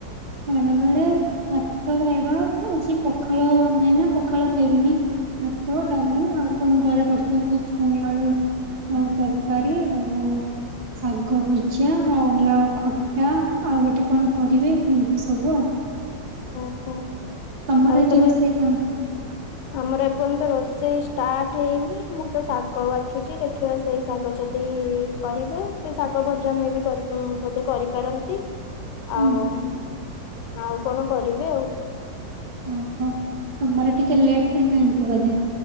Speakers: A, on the right (about 60°); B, on the left (about 75°).
A: ଖରା ବେଳେ ଭାତ ଖାଇବା ଆଜି ପଖାଳ ନାହିଁ ନା ପଖାଳ ଖାଇବିନି। ଭାତ ଡାଲି ଆଉ କଣ ଘରେ କରିଛନ୍ତି ଛୁଇଁ ଆଳୁ ହଁ ତରକାରୀ ଆଉ ଶାଗ ଭଜା ଆଉ ଲାଉ ଖଟା ଆଉ ଗୋଟେ କଣ କରିବେ। ଏ ସବୁ
B: ଓହୋ
A: ତମର
B: ଆଉ
A: ଆଜି
B: ତମେ
A: ରୋଷେଇ କଣ?
B: ଆମର ଏପର୍ଯ୍ୟନ୍ତ ରୋଷେଇ ଷ୍ଟାର୍ଟ ହେଇନି ମୁଁ ତ ଶାଗ ବାଛୁଛି ଦେଖିବା ସେଇ ଶାଗ ଯ ଏଇ କରିବେ ସେ ଶାଗ ଭଜା ମେ ବି କରି ବୋଧେ କରିପାରନ୍ତି।
A: ହୁଁ
B: ଆଉ ଆଉ କଣ କରିବି ଆଉ।
A: ଓହୋ ତମର ଟିକେ ଲେଟରେ ଖାଆନ୍ତି ବୋଧେ।